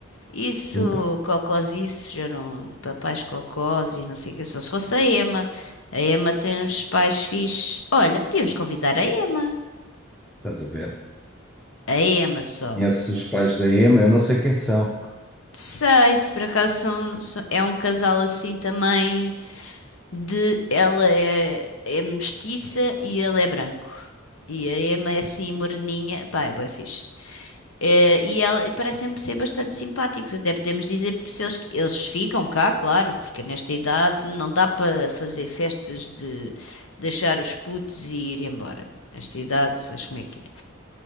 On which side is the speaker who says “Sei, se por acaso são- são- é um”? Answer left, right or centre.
Left